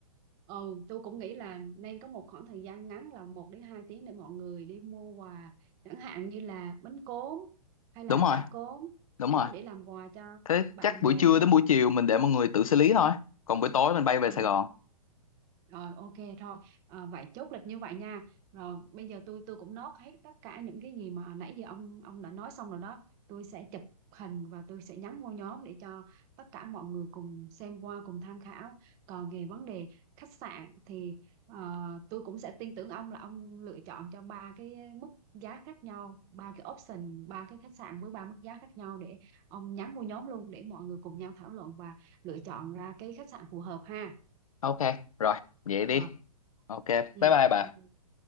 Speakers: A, on the right (about 20°); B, on the left (about 65°).
A: ừ tôi cũng nghĩ là nên có một khoảng thời gian ngắn là một đến hai tiếng để mọi người đi mua quà chẳng hạn như là bánh cốm hay là
B: đúng rồi
A: chả cốm
B: đúng
A: đó
B: rồi
A: để làm quà cho
B: thế
A: bạn
B: chắc buổi
A: bè
B: trưa
A: hay
B: đến buổi
A: là
B: chiều mình để mọi người tự xử lý thôi còn buổi tối mình bay
A: ừ.
B: về Sài Gòn
A: Rồi ok thôi à, vậy chốt lịch như vậy nha. Rồi bây giờ tôi tôi cũng nốt hết tất cả những cái gì mà nãy giờ ông ông đã nói xong rồi đó. Tôi sẽ chụp hình và tôi sẽ nhắn vô nhóm để cho tất cả mọi người cùng xem qua cùng tham khảo. Còn về vấn đề khách sạn thì ờ, tôi cũng sẽ tin tưởng ông là ông lựa chọn cho ba cái mức giá khác nhau, ba cái option, ba cái khách sạn với ba mức giá khác nhau để ông nhắn vô nhóm luôn để mọi người cùng nhau thảo luận và lựa chọn ra cái khách sạn phù hợp ha.
B: ok rồi vậy đi
A: Rồi.
B: ok bye
A: Ừ,
B: bye bà
A: ok.